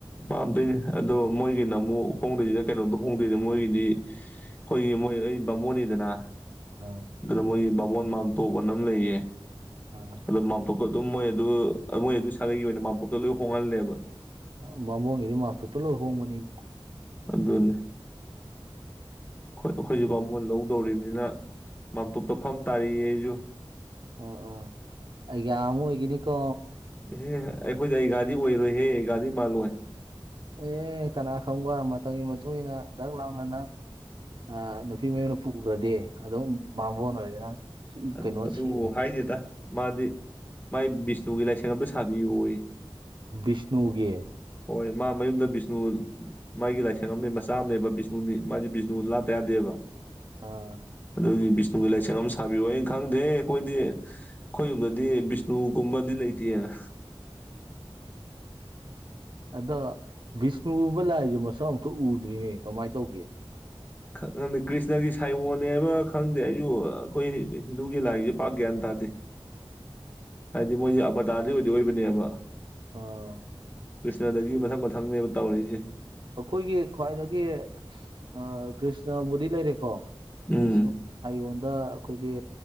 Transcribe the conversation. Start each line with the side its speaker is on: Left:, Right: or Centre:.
Left: ꯄꯥꯝꯗꯣꯏꯅꯦ ꯑꯗꯣ ꯃꯣꯏꯒꯤꯅ ꯑꯃꯨꯛ ꯍꯣꯡꯗꯣꯏꯁꯤꯅ ꯀꯩꯅꯣꯝꯗ ꯍꯣꯡꯗꯣꯏꯅ‌ꯦ ꯃꯣꯏꯒꯤꯗꯤ ꯈ‌ꯣꯏꯒꯤ ꯃꯣꯏ ꯑꯩ ꯕꯥꯃꯣꯟꯅꯤꯗꯅ
Right: ꯑ
Left: ꯑꯗꯨꯗ ꯃꯣꯏꯒꯤ ꯕꯥꯃꯣꯟ ꯃꯝꯇꯣꯕ ꯑꯅ ꯑꯃ ꯂꯩꯌꯦ
Right: ꯑ
Left: ꯑꯗ‌ꯣ ꯃꯥꯝꯇ‌ꯣꯞꯇ‌ꯣ ꯑꯗꯨꯝ ꯃꯣꯏ ꯑꯗꯨ ꯃꯣꯏ ꯑꯗꯨ ꯁꯥꯒꯩꯒꯤ ꯑꯣꯏꯅ ꯃꯥꯝꯇ‌ꯣꯞꯇ ꯂꯣꯏ ꯍꯣꯡꯍꯜꯂꯦꯕ
Right: ꯑ ꯕꯥꯃ‌ꯣꯟ ꯒꯤꯗꯤ ꯃꯥꯝꯇ‌ꯣꯞꯇ ꯂ‌ꯣꯏ ꯍꯣꯡꯕꯅꯤꯕ‌ꯣ
Left: ꯑꯗꯨꯅ‌ꯦ ꯍꯣꯏ ꯑꯩꯈꯣꯏꯁꯨ ꯕꯥꯃꯣꯟ ꯂꯧꯗꯧꯔꯤꯝꯅꯤꯅ ꯃꯥꯝꯇꯣꯞꯇ ꯐꯝ ꯇꯥꯔꯤꯌꯦ ꯑꯩꯖꯨ
Right: ꯑ ꯑ ꯑꯩꯒ ꯑꯃꯨꯛ ꯑꯣꯏꯒꯤꯅꯤꯀꯣ
Left: ꯑꯦꯍ‌ꯦ ꯑꯩꯈꯣꯏꯗꯤ ꯑꯩꯒꯥꯗꯤ ꯑꯣꯏꯔꯣꯏꯍꯦ ꯑꯩꯒꯥꯗꯤ ꯃꯥꯜꯂꯣꯏ
Right: ꯑꯦ ꯀꯅꯥ ꯈꯪꯕ ꯃꯇꯝꯒꯤ ꯃꯇꯨꯡ ꯏꯟꯅ ꯗꯛ ꯂꯥꯎꯅ ꯅꯪ ꯑ ꯅꯨꯄꯤ ꯃꯌꯨꯝ ꯄꯨꯈ꯭ꯔꯗꯤ ꯑꯗꯨꯝ ꯕꯥꯃ‌ꯣꯟ ꯑꯣꯏꯔꯦ ꯅꯪ
Left: ꯑ
Right: ꯀꯩꯅꯣ
Left: ꯑꯗꯨ
Right: ꯁꯤꯔꯦ
Left: ꯍꯥꯏꯗꯦꯗ ꯃꯥꯗꯤ ꯃꯥꯏ ꯕꯤꯁꯅꯨꯒꯤ ꯂꯥꯏꯁꯪ ꯑꯝꯇ ꯁꯥꯕꯤꯌꯣꯌ‌ꯦ
Right: ꯕꯤꯁꯅꯨꯒꯤ
Left: ꯍꯣꯏ ꯃꯥ ꯃꯌꯨꯝꯗ ꯕꯤꯁꯅꯨ ꯃꯥꯒꯤ ꯂꯥꯏꯁꯪ ꯑꯝꯅꯦ ꯃꯆꯥ ꯑꯝ ꯂꯩꯕ ꯕꯤꯁꯅꯨꯅꯤ ꯃꯥꯗꯤ ꯕꯤꯁꯅꯨ ꯂꯥꯠ ꯌꯥꯗꯦꯕ
Right: ꯑ
Left: ꯑꯗꯨꯒꯤ ꯚꯤꯁꯅꯨꯒꯤ ꯂꯥꯏꯁꯪ ꯑꯃ ꯁꯥ <unintelligible> ꯈꯪꯗꯦ ꯑꯩꯈꯣꯏꯗꯤ ꯑꯩꯈꯣꯏ ꯌꯨꯝꯗꯗꯤ ꯕꯤꯁꯅꯨꯒꯨꯝꯕꯗꯤ ꯂꯩꯇꯦꯅ꯫
Right: ꯑꯗꯣ ꯕꯤꯁꯅꯨꯒꯨꯝꯕ ꯂꯥꯏꯖꯦ ꯃꯁꯛ ꯑꯃꯇ ꯎꯗ꯭ꯔꯤꯅꯦ ꯀꯃꯥꯏ ꯇꯧꯒꯦ꯫
Left: ꯈꯪꯗꯦ ꯀ꯭ꯔꯤꯁꯅꯒꯤ ꯁꯥꯏꯌꯣꯟꯅꯦ ꯍꯥꯏꯕꯥ ꯈꯪꯗꯦ ꯑꯩꯁꯨ ꯑꯩꯈꯣꯏ ꯍꯤꯟꯗꯨꯒꯤ ꯂꯥꯏꯖꯦ ꯄꯥꯛ ꯒ꯭ꯌꯥꯟ ꯇꯥꯗꯦ꯫
Right: <inaudible>
Left: ꯍꯥꯏꯗꯤ ꯃꯣꯏꯖꯦ ꯑꯕꯔꯗꯥꯔꯗꯤ ꯑꯣꯏꯗꯤ ꯑꯣꯏꯕꯅꯦꯕ꯫
Right: ꯑꯥ
Left: ꯀ꯭ꯔꯤꯁꯅꯗꯒꯤ ꯃꯊꯪ ꯃꯊꯪꯅꯦꯕ ꯇꯧꯔꯛꯏꯖꯦ꯫
Right: ꯑꯩꯈꯣꯏꯒꯤ ꯈ꯭ꯋꯥꯏꯗꯒꯤ ꯑ ꯀ꯭ꯔꯤꯁꯅꯕꯨꯗꯤ ꯂꯩꯔꯦꯀꯣ
Left: ꯎꯝ
Right: ꯀ꯭ꯔꯤꯅ__ ꯁꯥꯌꯣꯟꯗ ꯑꯩꯈꯣꯏꯒꯤ